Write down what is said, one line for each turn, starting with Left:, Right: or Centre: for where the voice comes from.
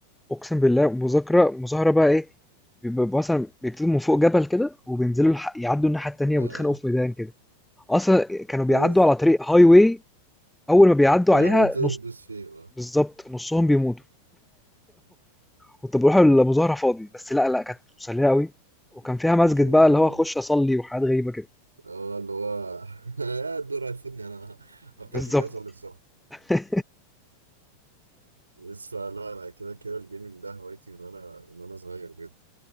Centre: اقسم بالله مذاكره مظاهره بقى ايه بيبقى مثلا بيكتبوا من فوق جبل كده وبينزلوا الح... يعدوا الناحيه التانيه
Right: اه
Centre: ويتخانقوا في ميدان كده اصلا كانوا بيعدوا
Right: يس
Centre: على طريق هاي واي اول ما بيعدوا
Right: العربية
Centre: عليها
Right: تقدر
Centre: نص
Right: تدوس فيه اه
Centre: بالظبط نصهم بيموت كنت بروح المظاهرة فاضي بس لا لا كانت مسلية قوي وكان فيها مسجد
Right: كده
Centre: بقى
Right: كده
Centre: اللي هو
Right: يعني.
Centre: اخش اصلي وحاجات غريبة كده
Right: اه اللي هو <laughs> الدور هيفوتني انا بتاع
Centre: بالظبط
Right: جي تي إيه اصلي بسرعة
Centre: <laughs>
Right: يس لا لا كده كده الجيمنج ده هوايتي من وانا من وانا صغير بجد.